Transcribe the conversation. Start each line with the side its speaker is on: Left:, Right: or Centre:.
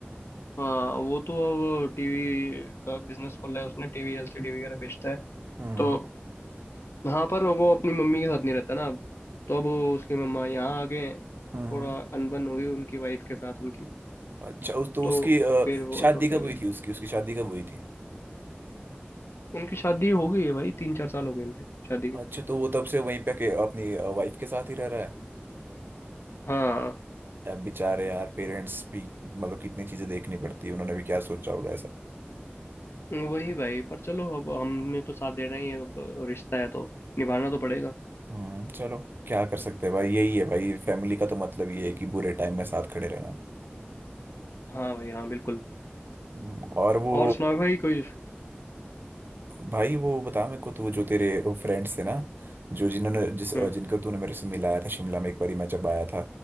Left: हाँ वो तो अब टीवी का बिजनेस खोला है उसने टीवी एलसीडी वगैरह बेचता है
Right: हम्म
Left: तो हाँ पर वो अपनी मम्मी के साथ नहीं रहता ना अब तो अब उसकी मम्मा यहाँ आ गए थोड़ा
Right: हम्म
Left: अनबन हुई उनकी वाइफ के साथ उनकी
Right: अच्छा उस तो
Left: तो
Right: उसकी अ,
Left: फिर वो
Right: शादी
Left: छोड़ के
Right: कब हुई
Left: गए
Right: थी उसकी उसकी शादी कब हुई थी
Left: उनकी शादी हो गई है भाई तीन चार साल हो गए उनके शादी के
Right: अच्छा तो वो तब से वहीं पे के अपनी वाइफ के साथ ही रह रहा है
Left: हाँ
Right: अब बेचारे यार पेरेंट्स भी मतलब कितनी चीजें देखनी पड़ती है उन्होंने भी क्या सोचा होगा ऐसा
Left: वही भाई पर चलो अब हमने तो साथ देना ही है अब रिश्ता है तो निभाना तो पड़ेगा
Right: हम्म चलो क्या कर सकते हैं भाई यही है भाई फैमिली का तो मतलब ये है कि बुरे टाइम में साथ खड़े रहना
Left: हाँ भाई हाँ बिल्कुल
Right: हम्म, और वो
Left: और सुनाओ भाई कोई
Right: भाई वो बता मेरे को तू जो तेरे फ्रेंड्स थे ना जो जिन्होंने जिस
Left: हम्म
Right: जिनको तूने मेरे से मिलाया था शिमला में एक बारी मैं जब आया था